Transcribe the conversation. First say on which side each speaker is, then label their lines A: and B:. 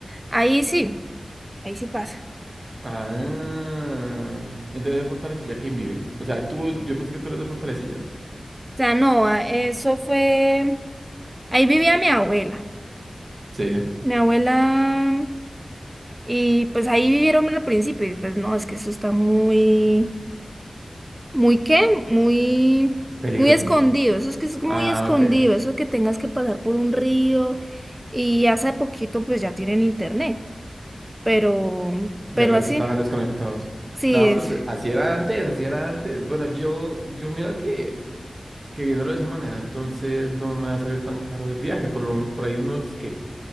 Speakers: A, on the right; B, on the right.
A: ahí sí, ahí sí pasa.
B: Ah, entonces de Fortalecilla, ¿quién vive? O sea, tú, yo pensé que tú eres de Fortalecilla.
A: O sea, no, a- eso fue, ahí vivía mi abuela,
B: Sí,
A: mi abuela, y pues ahí vivieron al principio, y después no, es que eso está muy, muy qué, muy,
B: peligroso.
A: muy escondido, eso es que es muy
B: Ah,
A: escondido,
B: ok.
A: eso de que tengas que pasar por un río, y hace poquito pues ya tienen internet, pero,
B: Del
A: pero
B: resto
A: así,
B: estaban desconectados.
A: sí
B: No,
A: es.
B: pues así era antes, así era antes. Bueno, yo, yo mira que, que viéndolo de esa manera, entonces no me va a salir tan caro el viaje, por lo, por ahí unos, ¿qué?